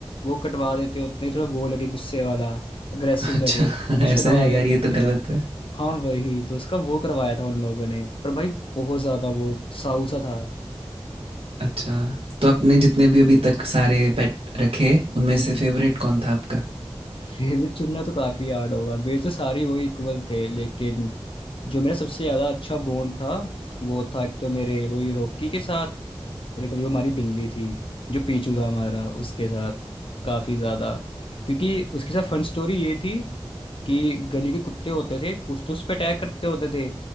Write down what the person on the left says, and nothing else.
वो कटवा देते होते हैं थोड़ा वो लगे गुस्से वाला अग्रेसिव
लगे
पूंछ
कटवा
देते
होते
हैं
हाँ वही तो उसका वो करवाया था उन लोगों ने पर भाई बहुत ज्यादा वो साऊ सा था
हम्म
फेवरेट चुनना तो काफी हार्ड होगा मेरे तो सारे वो इक्वल थे लेकिन जो मेरा सबसे ज्यादा अच्छा बॉन्ड था वो था एक तो मेरे वही रॉकी के साथ और एक अभी वो हमारी बिल्ली थी जो पीछू था हमारा उसके साथ काफी ज्यादा क्योंकि उसके साथ फन स्टोरी ये थी कि गली के कुत्ते होते थे कुछ तो उस पर अटैक करते होते थे